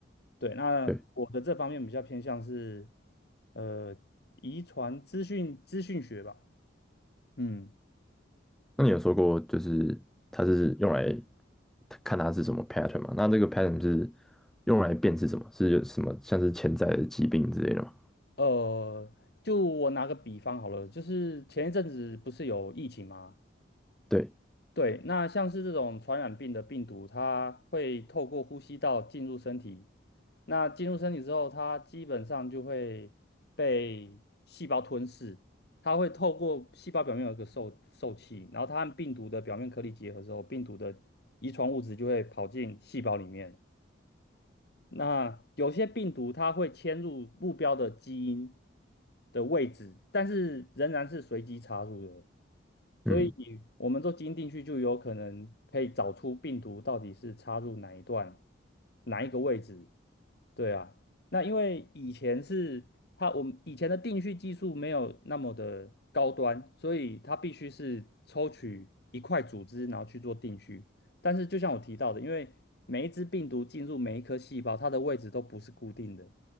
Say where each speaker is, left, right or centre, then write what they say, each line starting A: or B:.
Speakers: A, on the left; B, in the centre.
A: 对，那我的这方面比较偏向是
B: 对，
A: 呃遗传资讯资讯学吧。嗯，
B: 那你有说过就是它是用来看它是什么 pattern 吗？那这个 pattern 是用来辨识什么？是有什么像是潜在的疾病之类的吗？
A: 呃，就我拿个比方好了，就是前一阵子不是有疫情吗？
B: 对，
A: 对，那像是这种传染病的病毒，它会透过呼吸道进入身体。那进入身体之后，它基本上就会被细胞吞噬。它会透过细胞表面有一个受受器，然后它和病毒的表面颗粒结合之后，病毒的遗传物质就会跑进细胞里面。那有些病毒它会迁入目标的基因的位置，但是仍然是随机插入的，所以我们做基因定序就有可能可以找出病毒到底是插入哪一段、
B: 嗯，
A: 哪一个位置。对啊，那因为以前是它，我们以前的定序技术没有那么的高端，所以它必须是抽取一块组织，然后去做定序。但是就像我提到的，因为每一只病毒进入每一颗细胞，它的位置都不是固定的，